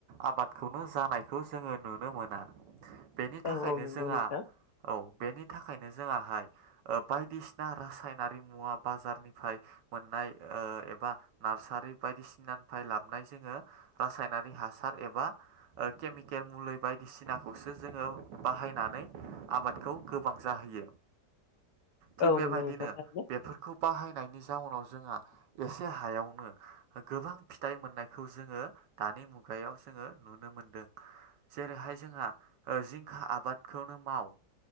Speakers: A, on the right; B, on the left.
A: आबादखौनो जानायखौ जोङो नु नो मोना। बेनि थाखायनो
B: औ नंगौ
A: जोङा
B: नोंथां
A: औ बेनि थाखायनो जोंङाहाय ओ बायदिसिना रासायनारि मुवा बाजारनिफ्राय मोननाय ओ एबा नार्सार <unintelligible> बायदिसिनानिफाय लाबनाय जोंङो रासायनारि हासार एबा ओ केमिकेल मुलै बायदिसिनाखौसो जोङो बाहायनानै आबादखौ गोबां जाहोयो । थिग
B: औ
A: बेबायदिनो
B: नंगौ नोंथां थारैनो।
A: बेफोरखौ बाहायनायनि जाउनाव जोंहा एसे हायावनो गोबां फिथाइ मोननायखौ जोङो दानि मुगायाव जोङो नुनो मोनदों। जेरैहाय जोंहा जिंखा आबादखौनो माव